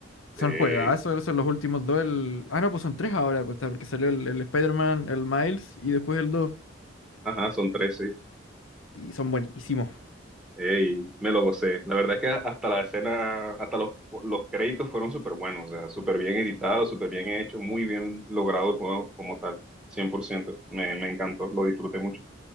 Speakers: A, in the centre; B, on the left (about 85°).
A: Eh,
B: Son juegazos, esos son los últimos dos. el- Ah, no, pues son tres ahora, pues, está, porque salió el, el Spider-Man, el Miles y después el dos
A: ajá, son 13.
B: Y son buenísimos.
A: y me lo gocé. La verdad es que hasta la escena, hasta los, los créditos fueron súper buenos, o sea, súper bien editados, súper bien hechos, muy bien logrado el juego como tal, cien por ciento Me, me encantó, lo disfruté mucho.